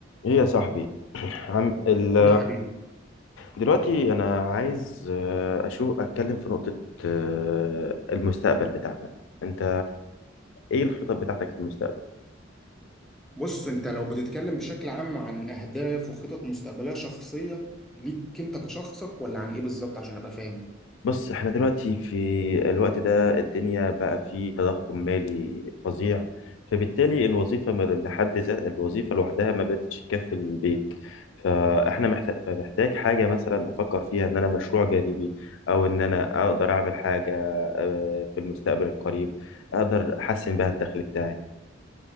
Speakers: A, on the left; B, in the centre.
A: ايه يا صاحبي <clears throat> عم ال...
B: يا حبيبي
A: دلوقتي انا عايز آه، اشوف اتكلم في نقطة آه، المستقبل بتاعنا انت ايه الخطط بتاعتك في المستقبل
B: بص انت لو بتتكلم بشكل عام عن اهداف وخطط مستقبليه شخصيه ليك انت كشخصك ولا عن ايه بالظبط عشان ابقى فاهم
A: بص احنا دلوقتي في الوقت ده الدنيا بقى فيه تضخم مالي فظيع فبالتالي الوظيفة ما- لحد ذا الوظيفة لوحدها ما بقتش تكفي البيت فاحنا محتاج فمحتاج حاجة مثلا افكر فيها ان انا مشروع جانبي او ان انا اقدر اعمل حاجة آه، في المستقبل القريب اقدر احسن بها الدخل بتاعي